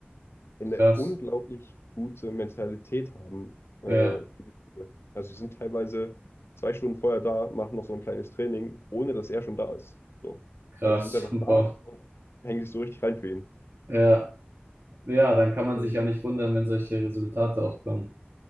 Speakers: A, on the left; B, on the right.
A: eine
B: krass.
A: unglaublich gute Mentalität haben äh,
B: Ja,
A: für die Spiele. Also sie sind teilweise zwei Stunden vorher da, machen noch so ein kleines Training, ohne dass er schon da ist. So.
B: krass.
A: Also sie sind einfach
B: <laughs> Boah.
A: da und hängen sich so richtig rein für ihn.
B: Ja, ja, dann kann man
A: Mhm.
B: sich ja nicht wundern, wenn solche Resultate auch kommen.